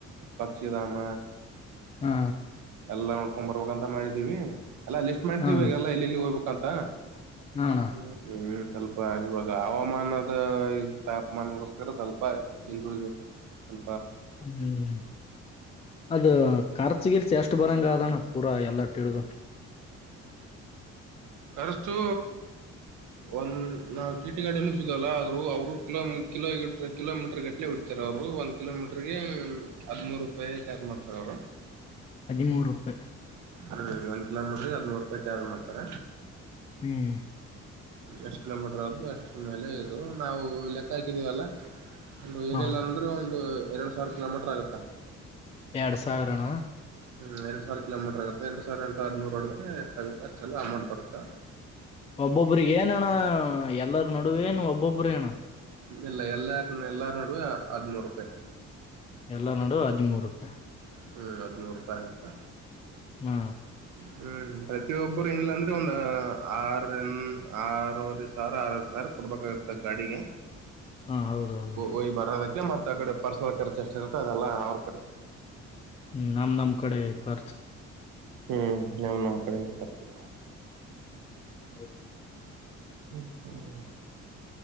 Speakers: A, on the right; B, on the left.
A: ಪಕ್ಷಿಧಾಮ
B: ಹಾ
A: ಎಲ್ಲ ನೋಡ್ಕೊಂಡ್ ಬರ್ಬೇಕಂತ ಮಾಡಿದೀವಿ ಎಲ್ಲಾ ಲಿಸ್ಟ್ ಮಾಡಿದೀವಿ
B: ಹಾ
A: ಈಗ ಎಲ್ಲ ಎಲ್ಲಿಲ್ಲಿ ಹೋಗ್ಬೇಕ ಅಂತ
B: ಹಣ
A: ಹ್ಮ ಹ್ಮ್ ಸ್ವಲ್ಪ ಇವಾಗ ಹವಾಮಾನದ ತಾಪಮಾನಗೋಸ್ಕರ ಸ್ವಲ್ಪ ಹಿಂದುಳಿದೆ ಹ್ಮ
B: ಹ್ಮ್ ಅದು ಕರ್ಚುಗಿಲ್ಚಷ್ಟ ಇಷ್ಟ ಬರಂಗ ಅದಾನ ಪೂರಾ ಎಲ್ಲಟ್ಟಿ ಹಡಿದು
A: ಖರ್ಚು ಒಂದ್ ನಾವು ಟಿಟಿ ಗಾರ್ಡನ್ೂ ಅಲ್ಲ ಆದ್ರರು ಅವರು ಕಿ ಕಿಲೋ ಕಿಲೋಮೀಟರ್ ಗಟ್ಲೆ ಇಡ್ತಾರೆ ರು ಒಂದ್ ಕಿಲೋಮೀಟರ್ಗೆ ಹದಿಮೂರು ರೂಪಾಯಿ ಚಾರ್ಜ್ ಮಾಡ್ತಾರ ಅವರು
B: ಹದಿಮೂರು ರೂಪಾಯಿ
A: ಹ್ಮ್ ಒಂದ್ ಕಿಲೋಮೀಟರ್ ಹದಿಮೂರು ರೂಪಾಯಿ ಚಾರ್ಜ್ ಮಾಡ್ತಾರ
B: ಹ್ಮ್
A: ಎಷ್ಟ್ ಕಿಲೋಮೀಟರ್ ಆದು ಅಷ್ಟು ಸುಮಲೆ ಇದು ನಾವು ಲೆಕ್ಕ ಹಾಕಿದೀವಲ್ಲ ಅ ಏನಿಲ್ಲಾ
B: ಹ
A: ಅಂದ್ರೂ ಒಂದು ಎರಡ್ ಸಾವಿರ ಕಿಲೋಮೀಟ್ರ ಆಗತ್ತಾ
B: ಎರಡು ಸಾವಿರನಾ.
A: ಹಂ ಎರಡು ಸಿರ ಕಿಲೋಮೀಟರ್ ಆತ್ತೆ ಎರಡುಾವಿರಂಟ ಹದಿೂರುರೋಡ್ರ ಎಷ್ಟಾಗಗುತ್ತ ಅಷ್ಟೆ ಅಮೌಟ್ ಬತ್ತಾ.
B: ಒಬ್ಬೊಬ್ಬ್ರ ಏನಣ ಎಲ್ಲರ ನಡುವೇ ನು ಒಬ್ಬೊಬ್ಬ್ರ ಅಣ್ಣ.
A: ಇ ಇಲ್ಲ ಎಲ್ಲಾರ ಎಲ್ಲಾರ ನಡುವೆ ಹದನೂರು ರೂಪಾಯಿ
B: ಎಲ್ಲ ನಡುುವ ಹದಿಮೂರು ರೂಪಾಯಿ
A: ಹ್ಮ್ ಹದಿಮೂರು ರೂಪಾಯಿ ಆತ್ತ
B: ಹಾ
A: ಹ್ಮ್ ಪ್ರತಿಯೊಬ್ಬರು ಂಗಿಲ್ಲ ಅಂದ್ರೆ ಒಂದು ಆರು ಎನ್ ಆರೂವರೆ ಸಾವಿರ ಆರವರೆ ಸಾವಿರ ಕೊಡ್ಬೇಕಾಗುತ್ತೆ ಗಾಡಿಗೆ
B: ಹಾ ಹೌದೌದು
A: ಒಯ್ ಬರೋದಕ್ಕೆ ಮತ್ತ ಕಡೆ ಪರ್ಸನಲ್ ಕೆರ್ಸ್ ಎಷ್ಟ ಇರುತ್ತೆ ಅದೆಲ್ಲ ಅವ್ರ ಕಡೆ
B: ಹ್ ನಮ್ ನಮ್ ಕಡೆ ಖರ್ಚ
A: ಹ್ಮ್ ನಾನು ನಮ್ಮ್ ಕಡೆನ ತರ್ತು
B: ಹೌ <inaudible>
A: ಹ್ಮ್ ಹ್ಮ